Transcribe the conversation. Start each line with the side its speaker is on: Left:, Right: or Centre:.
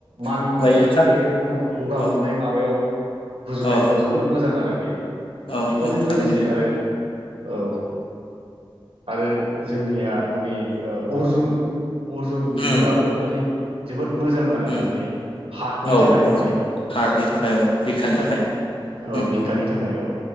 Right: मानिमुनियाबो
Left: ओमफ्राय खा
Right: बे गगा गगा
Left: औ
Right: मोननाय माबायाव गुजुनायफ्राव
Left: औ
Right: जोबोद मोजां आरो बे
Left: औ
Right: बेफोरजों
Left: औ थारैनो
Right: लोगोसे आरो औ आरो जोंनिया मानि ओ अर्जुन, अर्जुन बिगुराबो
Left: उम
Right: मानि जोबोद मोजां आरोना
Left: उम
Right: बे हार्टनि
Left: औ
Right: थाखाय
Left: औ
Right: मानि।
Left: हार्टनि थाखाय औ बिखानि थाखाय।
Right: औ
Left: उम
Right: बिखानि थाखाय औ